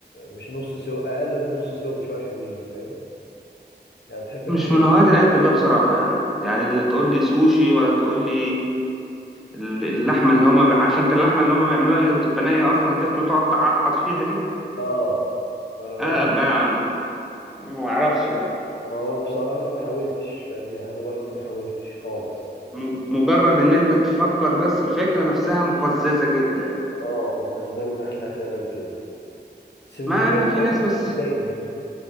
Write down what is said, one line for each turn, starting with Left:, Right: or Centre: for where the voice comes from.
Left: مش نص سوا اقل من نص سوا بشوية حلوين فاهم يعني بتحب الحاجات
Centre: مش من هواة الاكل ده بصراحه يعني يعني لا تقول لي سوشي ولا تقول لي ال- اللحمه اللي هما بي... عارف انت اللحمه اللي هما بيعملوها اللي بتبقى نيه اصلا دي وتقعد تعضعض فيها دي
Left: اه ما انا بقول
Centre: انا ما ما اعرفش لا
Left: ما هو بصراحة انا ما حاولتش فاهم يعني انا برضو ما حاولتش خالص
Centre: م- مجرد ان انت تفكر بس الفكرة نفسها مقززة جدا
Left: اه بالنسبة لنا احنا فعلا كده بس بالنسبة
Centre: مع ان
Left: لهم
Centre: في
Left: هم
Centre: ناس
Left: في
Centre: بس
Left: حتة تاني